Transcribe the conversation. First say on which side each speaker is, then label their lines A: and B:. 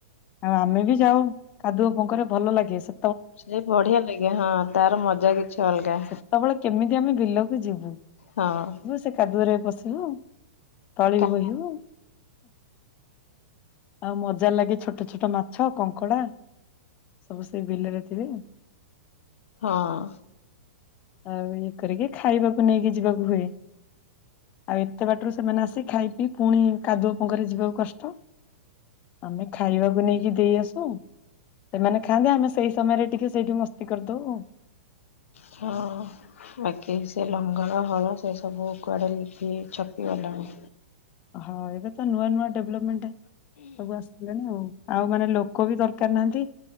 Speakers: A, on the left; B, on the left.
A: ଆଉ ଆମେ ବି ଯାଉ କାଦୁଅ ପଙ୍କରେ ଭଲ ଲାଗେ ସେ
B: ସେ ବଢିଆ ଲାଗେ ହଁ ତାର ମଜା କିଛି ଅଲଗା
A: ସେତେବେଳେ କେମିତି ଆମେ ବିଲକୁ ଯିବୁ
B: ହଁ
A: ସେ କାଦୁଅରେ ପଶିବୁ ତଳି
B: କାମ
A: ବୋହି ହୁ ଆଉ ମଜା ଲାଗେ ଛୋଟ ଛୋଟ ମାଛ କଙ୍କଡା ସବୁ ସେଇ ବିଲରେ ଥିବେ
B: ହଁ
A: ଆଉ ଇଏ କରିକି ଖାଇବାକୁ ନେଇକି ଯିବାକୁ ହୁଏ ଆଉ ଏତେ ବାଟରୁ ସେମାନେ ଆସି ଖାଇ ପିଇ ପୁଣି କାଦୁଅ ପଙ୍କରେ ଯିବାକୁ କଷ୍ଟ ଆମେ ଖାଇବାକୁ ନେଇକି ଦେଇ ଆସୁ ସେମାନେ ଖାଆନ୍ତି ଆମେ ସେଇ ସମୟରେ ଟିକେ ସେଇଠି ମସ୍ତି କରିଦଉ ଆଉ
B: ହଁ ବାକି ସେ ଲଙ୍ଗଳ ହଳ ସେ ସବୁ କୁଆଡ଼େ ଲେଖି ଛପିଗଲାଣି
A: ହଁ ଏବେ ତ ନୂଆ ନୂଆ ଡେଭଲପମେଣ୍ଟ ସବୁ ଆସିିଲାଣି ଆଉ ଆଉ ମାନେ ଲୋକ ବି ଦରକାର ନାହାନ୍ତି